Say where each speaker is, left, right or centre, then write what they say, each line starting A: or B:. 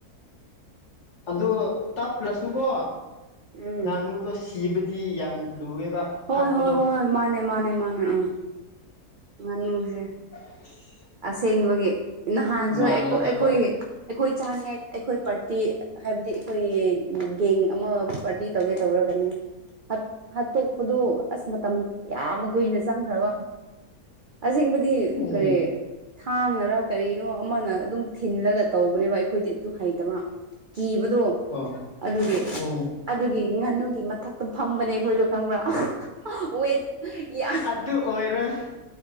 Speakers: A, on the left; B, on the right.
A: ꯑꯗꯨ ꯇꯞꯂꯁꯨꯀꯣ
B: ꯎꯝ
A: ꯉꯥꯅꯨꯗꯣ ꯁꯤ ꯀꯤꯕꯗꯤ ꯌꯥꯝ ꯂꯨꯑꯦꯕ
B: ꯍꯣꯏ
A: ꯍꯥꯠꯄꯗꯣ
B: ꯍꯣꯏ ꯍꯣꯏ ꯃꯥꯅꯦ ꯃꯥꯅꯦ ꯃꯥꯅꯦ ꯎꯝ ꯉꯥꯅꯨꯁꯦ
A: ꯑꯟꯑꯣꯗꯤꯕꯜ
B: ꯑꯁꯦꯡꯕꯒꯤ ꯅꯍꯥꯟꯁꯨ
A: ꯃꯥꯜꯂꯒꯀꯣ
B: ꯑꯩꯈꯣ ꯑꯩꯈꯣꯏꯒꯤ ꯑꯩꯈꯣꯏ ꯆꯥꯅꯤꯡꯉꯥꯏ ꯑꯩꯈꯣꯏ ꯄꯔ ꯇꯤ ꯍꯥꯏꯕꯗꯤ ꯑꯩꯈꯣꯏ ꯒꯦꯡ ꯑꯃ ꯄꯥꯔꯇꯤ ꯇꯧꯒꯦ ꯇꯧꯔꯒꯅꯦ ꯍꯥꯠ ꯍꯥꯠꯇꯣꯛꯄꯗꯣ ꯑꯁ ꯃꯇꯝ ꯌꯥꯝ ꯀꯨꯏꯅ ꯆꯪꯒ꯭ꯔꯕ ꯑꯟꯑꯣꯗꯤꯕꯜ ꯑꯁꯦꯡꯕꯗꯤ
A: ꯎꯝ
B: ꯀꯔꯤ ꯊꯥꯡꯅꯔꯥ ꯀꯔꯤꯅꯣ ꯑꯃꯅ ꯑꯗꯨꯝ ꯊꯤꯟꯂꯒ ꯇꯧꯕꯅꯦꯕ ꯑꯩꯈꯣꯏꯗꯤ ꯑꯗꯨ ꯍꯩꯇꯕ ꯀꯤꯕꯗꯣ
A: ꯑꯣ
B: ꯑꯗꯨꯒꯤ
A: ꯎꯝ
B: ꯑꯗꯨꯒꯤ ꯉꯥꯅꯨ ꯒꯤ ꯃꯊꯛꯇ ꯐꯝꯕꯅꯦ ꯑꯩꯈꯣꯏꯗꯣ ꯈꯪꯕ꯭ꯔꯥ ꯑꯍꯍꯍ ꯋꯦꯠ ꯌꯥꯝ
A: ꯑꯗꯨ ꯑꯣꯏꯔꯣꯏ